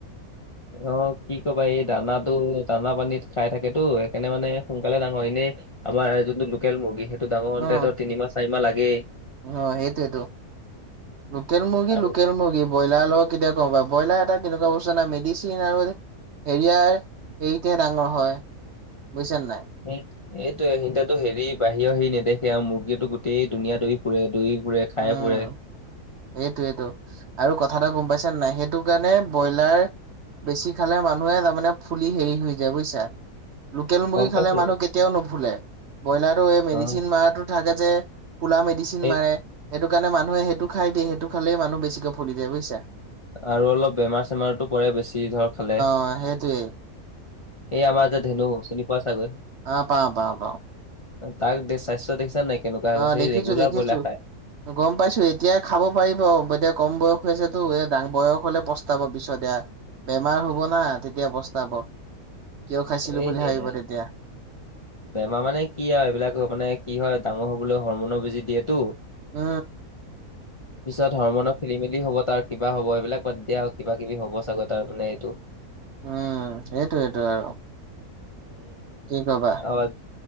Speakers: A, on the left; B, on the right.
A: অ কি কবা এই দানাত তো দানা পানী খাই থাকেতো সেইকাণে মানে সোনকালে ডাঙৰ এনে আমাৰ যোনটো লো লোকেল মুৰ্গী, সেইটো ডাঙৰ
B: অ'
A: ধৰ তিনিমাহ চাৰিমাহ লাগেই।
B: অ', সেইটোৱেটো। লোকেল মূৰ্গী,
A: আৰু
B: লোকেল মুৰ্গী। ব্ৰইলাৰ লগত কেতিয়া গম পাবা। ব্ৰইলাৰ এটা কেনেকুৱা বস্তু মেডিচিন আৰু হেৰিয়াৰ হেৰিতহে ডাঙৰ হয়, বুইছা নাই!
A: <inaudible> এইটো এ, সিহঁতেটো হেৰি বাহিৰৰ হেৰি নেদেখে আৰু মুৰ্গীটো গোটেই দুুনীয়া দৌৰি ফুৰে, দৌৰি ফুৰে। খাই
B: উম।
A: ফুৰে
B: এইটোৱেটো আৰু কথা এটা গম পাইছে নাই সেইটো কাৰণে ব্ৰইলাৰ বেছি খালে মানুহে তাৰমানে ফুলি হেৰি হৈ যায় বুইছা। লোকেল
A: গম
B: মুৰ্গী
A: পাইছো
B: খালে মানুহ কেতিয়াও নুফুলে। ব্ৰইলাৰো এই মেডিচিন
A: অ
B: মাৰটো থাকে যে। ফুলা মেডিচিন
A: সেই
B: মাৰে, সেইটোকাৰণে মানুহে সেইটো খাই দিয়ে সেইটো খালেই মানুহ বেছিকৈ ফুলি দিয়ে বুইছা।
A: আৰু অলপ বেমাৰ চেমাৰতো পৰে বেছি ধৰ খালে।
B: অ', সেইটোয়ে।
A: এই আমাৰ যে ধেনু চিনি পোৱা চাগৈ?
B: অ পাওঁ পাওঁ পাওঁ
A: তাৰ স্বাস্থ্য দেখিছা নাই কেনেকুৱা হৈ
B: অ
A: গৈছে, সেই
B: দেখিছো
A: ৰেগুলাৰ
B: দেখিছো
A: ব্ৰইলাৰ খায়।
B: গম পাইছোঁ। এতিয়া খাব পাৰিব, এতিয়া কম বয়স হৈছেতো এ, ডাং বয়স হ'লে পস্তাব পিছত এয়া। বেমাৰ হ'ব না তেতিয়া পস্তাব। কিয় খাইছিলো
A: এই
B: বুলি
A: সেয়াই
B: ভাবিব তেতিয়া!
A: বেমাৰ মানে কি আৰু এইবিলাক মানে কি হয়, ডাঙৰ হবলৈ হৰমনৰ বুজি দিয়েতো।
B: উম
A: পিছত হৰমনৰ খেলি মেলি হ'ব, তাৰ কিবা হ'ব এইবিলাক বাদ দিয়া আৰু কিবা কিবি হ'ব চাগৈ তাৰ মানে এইটো।
B: উম, সেইটোয়েটো আৰু।
A: উম
B: কি ক'বা?
A: অ',